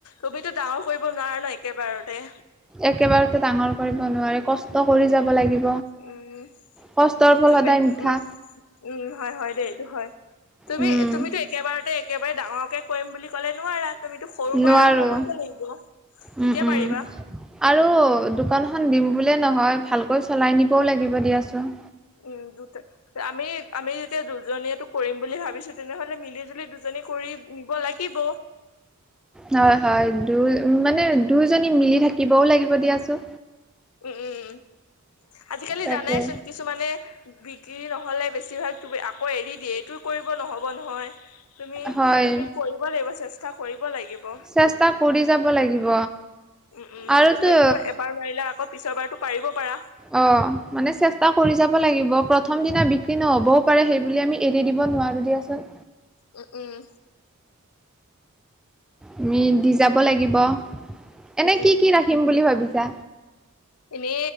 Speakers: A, on the left; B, in the centre.
A: তুমিতো ডাঙৰ কৰিব নোৱাৰা ন একেবাৰতে।
B: একেবাৰতে ডাঙৰ কৰিব নোৱাৰে কষ্ট কৰি যাব লাগিব।
A: উম্।
B: কষ্টৰ ফল
A: তুমি
B: সদায় মিঠা
A: উম্ উম্ হয় হয় দেই এটো হয়। তুমি
B: উম,
A: তুমিতো একেবাৰতে একেবাৰে ডাঙৰকৈ কৰিম বুলি ক'লে নোৱাৰা। তুমিতো সৰুৰ
B: নোৱাৰো
A: পৰাই আৰম্ভ কৰিব লাগিব
B: উম,
A: তেতিয়া
B: উম।
A: পাৰিবা।
B: আৰু দোকানখন দিম বুলিয়ে নহয়, ভালকৈ চলাই নিবও লাগিব দিয়াচোন।
A: উম্ দুটা আমি আমি যেতিয়া দুজনীয়েটো কৰিম বুলি ভাবিছোঁ তেনেহ'লে মিলি জুলি দুজনীয়ে কৰিম। নিব লাগিব।
B: হয় হয় দু মানে দুইজনী মিলি থাকিবও লাগিব দিয়াচোন।
A: উম্ উম্ উম্ আজিকালি
B: তাকে।
A: জানাইচোন কি কিছুমানে বিক্ৰী নহ'লে বেছিভাগ তুমি আকৌ এৰি দিয়ে, এইটো কৰিব নহ'ব নহয়। তুমি
B: হয়,
A: তুমি কৰিব লাগিব চেষ্টা কৰিব লাগিব।
B: চেষ্টা কৰি যাব লাগিব।
A: উম্ উম্
B: আৰুতো
A: ধৰি লোৱা এবাৰ নোৱাৰিলা আকৌ পিছৰ বাৰতো পাৰিব পাৰা।
B: অ' মানে চেষ্টা কৰি যাব <unintelligible> লাগিব প্ৰথম দিনা বিক্ৰী নহ'বও পাৰে সেইবুলি আমি এৰি দিব নোৱাৰো দিয়াচোন।
A: উ্ উম্।
B: আমি দি যাব লাগিব, এনে
A: উম
B: কি কি ৰাখিম বুলি ভাবিছা?
A: এনে